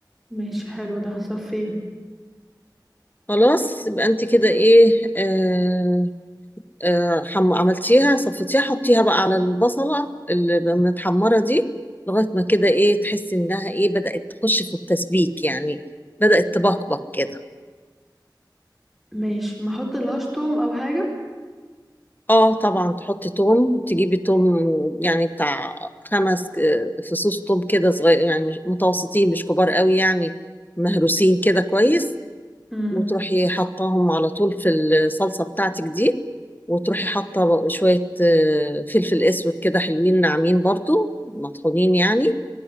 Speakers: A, in the centre; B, on the left (about 25°).
A: ماشي حلو ده هصفيه
B: خلاص يبقى انت كده ايه آه آه حم... عملتيها صفتيها حطيها بقى على البصلة اللي متحمرة دي لغاية ما كده ايه تحسي انها ايه بدأت تخش في التسبيك يعني بدأت تبقبق كده
A: ماشي ما احط لهاش توم او حاجه
B: اه طبعا تحطي توم تجيبي توم يعني بتاع خمس آه، فصوص توم كده صغير يعني مش- متوسطين مش كبار قوي يعني مهروسين كده كويس
A: امم
B: وتروحي حطاهم على طول في الصلصة بتاعتك دي وتروحي حاطة شوية آه، فلفل أسود كده حلوين ناعمين برضو مطحونين يعني